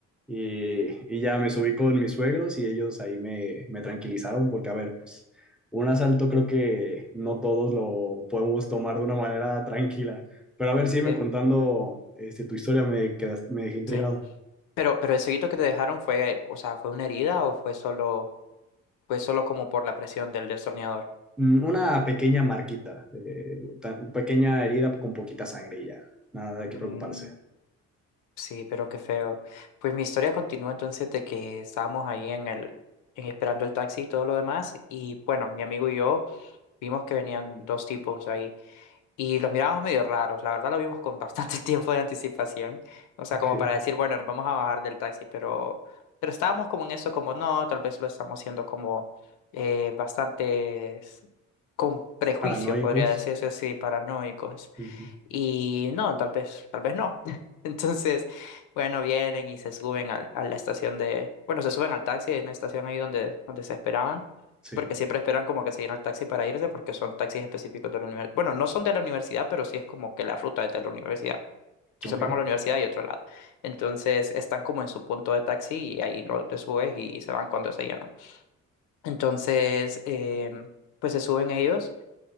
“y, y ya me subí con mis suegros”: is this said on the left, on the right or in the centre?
Centre